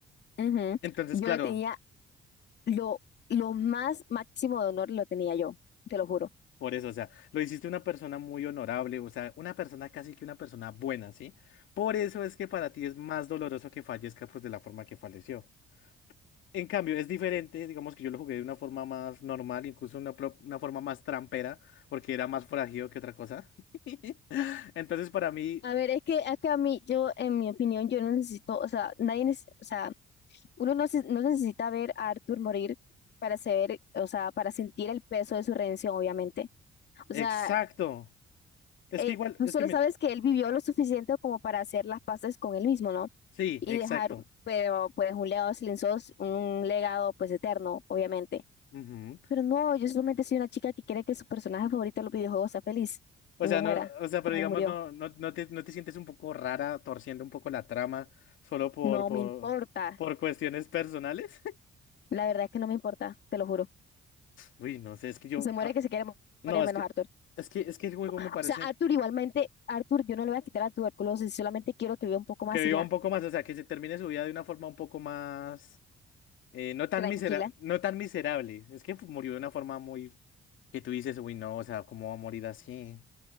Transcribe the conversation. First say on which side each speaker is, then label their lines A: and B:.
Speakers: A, on the left; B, on the left.
A: Ujú.
B: Entonces,
A: Yo
B: claro,
A: lo tenía, lo, lo más máximo de honor lo tenía yo, te lo juro.
B: por eso, o sea, lo hiciste una persona muy honorable, o sea, una persona casi que una persona buena, ¿sí? Por eso es que para ti es más doloroso que fallezca, pues, de la forma que falleció. En cambio, es diferente, digamos que yo lo jugué de una forma más normal, incluso una, pro- una forma más trampera, porque era más forajido que otra cosa. <laughs> Entonces, para mí,
A: A ver, es que, es que a mí, yo, en mi opinión, yo no necesito, o sea, nadie necesita, Uno no, se- no necesita ver a Arthur morir para ser, o sea, para sentir el peso de su redención, obviamente. O
B: exacto.
A: sea,
B: Es
A: eh,
B: que igual,
A: tú
B: es
A: solo
B: que mira,
A: sabes que él vivió lo suficiente como para hacer las paces con él mismo, ¿no?
B: sí,
A: Y
B: exacto.
A: dejar, pero pues un legado silencioso, un legado pues eterno, obviamente.
B: Ujú.
A: Pero no, yo solamente soy una chica que quiere que su personaje favorito de los videojuegos sea feliz
B: O
A: y
B: sea,
A: no muera
B: no, o sea, pero
A: como
B: digamos,
A: murió.
B: no, no, no te, no te sientes un poco rara torciendo un poco la trama solo por,
A: No
B: por,
A: me importa.
B: por cuestiones personales. <laughs>
A: La verdad es que no me importa, te lo juro.
B: Uy, no sé, es que yo,
A: Se muere
B: ah,
A: que se quiere
B: no,
A: morir
B: es
A: menos
B: que,
A: Arthur.
B: es que, es que el juego me
A: O
B: parece
A: sea, Arthur, igualmente, Arthur, yo no le voy a quitar la tuberculosis, solamente quiero que viva un poco más
B: que viva
A: y ya,
B: un poco más, o sea, que se termine su vida de una forma un poco más Eh, no tan
A: tranquila.
B: misera- no tan miserable. Es que pues, murió de una forma muy que tú dices, uy, no, o sea, ¿cómo va a morir así?